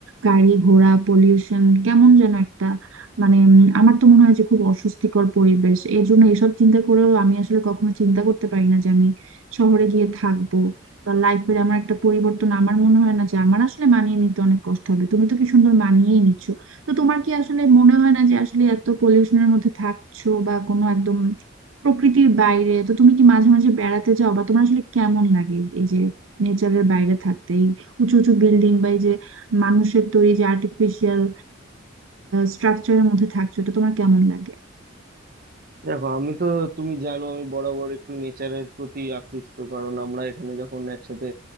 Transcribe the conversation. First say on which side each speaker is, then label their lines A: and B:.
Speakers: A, on the right; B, on the right.
A: গাড়ি ঘোড়া পলিউশন কেমন যেন একটা মানে উম, আমার তো মনে হয় যে খুব অস্বস্তিকর পরিবেশ এর জন্য এসব চিন্তা করেও আমি আসলে কখনো চিন্তা করতে পারি না যে আমি শহরে গিয়ে থাকবো লাইফে আমার একটা পরিবর্তন আমার মনে হয় না যে আমার আসলে মানিয়ে নিতে অনেক কষ্ট হবে তুমি তো কি সুন্দর মানিয়েই নিচ্ছ তো তোমার কি আসলে মনে হয় না যে আসলে এত পলিউশনের মধ্যে থাকছো বা কোনো একদম প্রকৃতির বাইরে তো তুমি কি মাঝে মাঝে বেড়াতে যাও বা তোমার আসলে কেমন লাগে এই যে নেচারের বাইরে থাকতে এই উঁচু উঁচু বিল্ডিং বা এই যে মানুষের তৈরি যে আর্টিফিশিয়াল স্ট্রাকচারের মধ্যে থাকছো এটা তোমার কেমন লাগে
B: দেখো আমি তো তুমি জানো আমি বরাবর একটু নেচারের প্রতি আকৃষ্ট কারণ আমরা এখানে যখন একসাথে